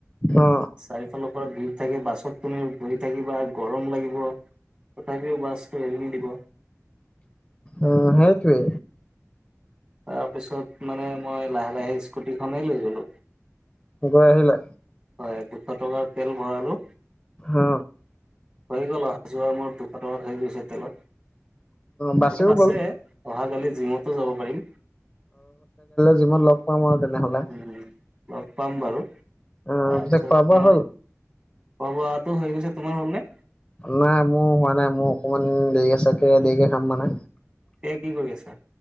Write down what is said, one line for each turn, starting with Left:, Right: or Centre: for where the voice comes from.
Left: অ
Right: চাৰিফালৰ পৰা ভিৰ থাকে। বাছত তুমি বহি থাকিবা গৰম লাগিব তথাপিও বাছউটো এৰি নিদিব।
Left: অ সেইটোৱে
Right: তাৰপিছত মানে মই লাহে লাহে স্কুটিখনেই লৈ গ'লোঁ।
Left: গৈ আহিলে?
Right: হয়'দুশ টকাৰ তেল ভৰালো।
Left: অ
Right: হৈ গ'ল অহা যোৱা মোৰ দুশ টকাত হৈ গৈছে তেলত।
Left: বাছেও
Right: অলপ আছে
Left: গ'ল
Right: অহাকালি জীমতো যাব পাৰিম।
Left: যিমত লগ পাম আৰু তেনেহ'লে।
Right: উম। লগ পাম বাৰু তাৰপিছত
Left: অ', পিছে খোৱা বোৱা
Right: মই খোৱা
Left: হ'ল?
Right: বোৱাটো হৈ গৈছে তোমাৰ হ'ল নে?
Left: নাই মোৰ হোৱা নাই মোৰ অকমান দেৰি আচে তাকে দেৰিকে খাম মানে।
Right: এতিয়া কি কৰি আছা?